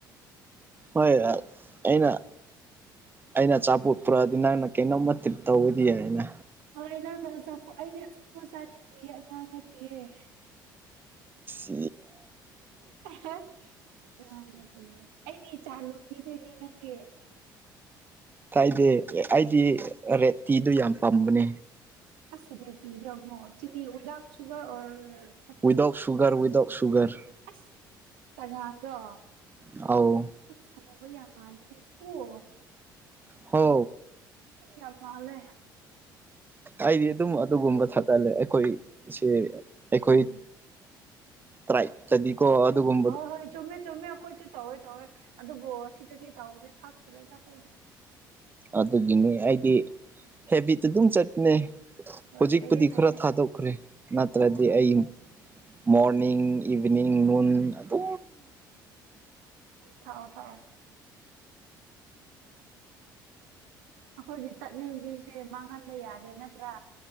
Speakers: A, on the right; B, on the right.
A: ꯍꯣꯏ ꯑꯩꯅ ꯑꯩꯅ ꯑꯆꯥꯄꯣꯠ ꯄꯨꯔꯛꯑꯗꯤ ꯅꯪꯅ ꯀꯩꯅꯣꯝꯃ ꯇ꯭ꯔꯤꯠ ꯇꯧꯕꯗꯤ ꯌꯥꯏꯅ
B: ꯍꯣꯏ ꯅꯪꯅ ꯑꯆꯥꯛꯄ ꯑꯩꯗꯤ ꯑꯆꯛꯄ ꯆꯥꯅꯤꯡꯗꯌꯦ ꯑꯉꯥꯡ ꯅꯗꯤꯌꯦꯦ
A: ꯎ
B: ꯦ ꯑꯩꯗꯤ ꯏꯆꯥ ꯂꯣꯄꯤꯗꯣꯏꯅꯦ ꯅꯪꯒꯤ
A: ꯀꯥꯏꯗꯦ ꯑꯩꯗꯤ ꯔꯦꯠ ꯇꯤꯗꯣ ꯌꯥꯝ ꯄꯥꯝꯕꯅꯦ
B: ꯑ ꯔꯦꯗꯤꯤꯣ ꯆ ꯋꯗꯥꯥꯛ ꯁꯨꯒꯔ ꯑꯣ
A: ꯋꯤꯗꯥꯥꯎꯠ ꯁꯨꯒꯔ ꯋꯤꯗꯥꯥꯎꯠ ꯁꯨꯒꯔ
B: ꯑꯁ ꯆꯒꯗ
A: ꯑꯥꯎ
B: ꯑꯁ ꯁꯅꯧꯕ ꯌꯥꯝ ꯃꯥꯂꯦ ꯑꯣ
A: ꯍ
B: ꯌꯥꯝ ꯃꯥꯜꯂꯦ
A: ꯑꯩꯗꯤ ꯑꯗꯨꯝ ꯑꯗꯨꯒꯨꯝꯕ ꯊꯒꯠꯂꯦ ꯑꯩꯈꯣꯏꯁꯦ ꯑꯩꯈꯣꯏ
B: ꯎꯝ
A: ꯇꯔꯥ ꯆꯗꯤꯀꯣ ꯑꯗꯨꯒꯨꯝꯕ
B: ꯍꯣꯏ ꯍꯣꯏ ꯆꯨꯝꯃꯦ ꯆꯨꯝꯃꯦ ꯑꯩꯈꯣꯏꯁꯨ ꯇꯧꯋꯦ ꯇꯧꯋꯦ ꯑꯗꯨꯕꯨ ꯁꯤꯗꯗꯤ ꯇꯧꯔꯦ ꯊꯥꯛꯇ꯭ꯔꯦꯣꯏ
A: ꯑꯗꯨꯒꯤꯅꯤ ꯑꯩꯗꯤ ꯍꯦꯕꯤꯠ ꯑꯗꯨꯝ ꯆꯠꯅꯦ ꯍꯧꯖꯤꯛꯄꯨꯗꯤ
B: ꯑꯣ ꯐꯩꯌꯦ ꯐꯩꯌꯦ
A: ꯈꯔ ꯊꯥꯗꯣꯛ ꯈ꯭ꯔꯦ ꯅꯠꯇ꯭ꯔꯗꯤ
B: ꯍꯣꯏ ꯍꯣꯏ
A: ꯑꯩ ꯃꯣꯔꯅꯤꯡ ꯏꯚꯤꯅꯤꯡ ꯅꯨꯡꯟ ꯑꯗꯨ
B: ꯊꯥꯎ ꯊꯥꯎ ꯑꯩꯈꯣꯏꯒꯤ ꯆꯠꯅꯕꯤꯁꯦ ꯃꯥꯡꯍꯟꯕ ꯌꯥꯗꯦ ꯅꯠꯇ꯭ꯔꯥ